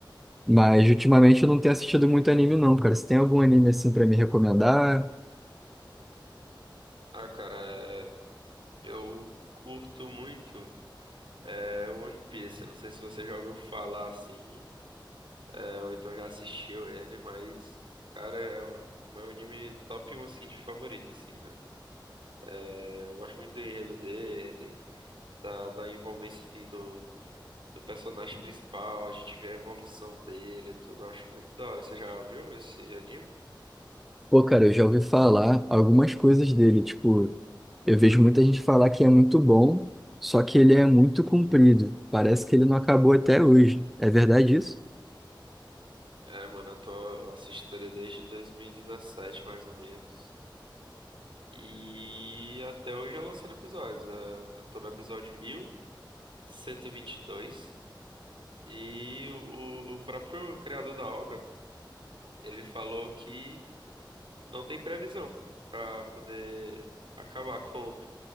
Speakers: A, in the centre; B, on the right (about 85°).
A: Mas ultimamente eu não tenho assistido muito anime, não, cara. Você tem algum anime assim pra me recomendar?
B: Ah, cara, é, eu curto muito é, One Piece. Eu não sei se você já ouviu falar assim, é, ou então já assistiu ele, mas, cara, é o meu anime top um assim, de favorito, assim, né? É, eu gosto muito do enredo dele, da, da envolvência, assim, do, do personagem principal, a gente vê a evolução dele e tudo. Eu acho muito da hora. Você já viu esse anime?
A: Pô, cara, eu já ouvi falar algumas coisas dele. Tipo, eu vejo muita gente falar que é muito bom, só que ele é muito comprido. Parece que ele não acabou até hoje. É verdade isso?
B: É, mano, eu tô, eu assisto ele desde 2017, mais ou menos. E até hoje já lançando episódios. É, eu tô no episódio mil cento E vinte e e dois E o, o próprio criador da obra, ele falou que não tem previsão pra poder acabar com,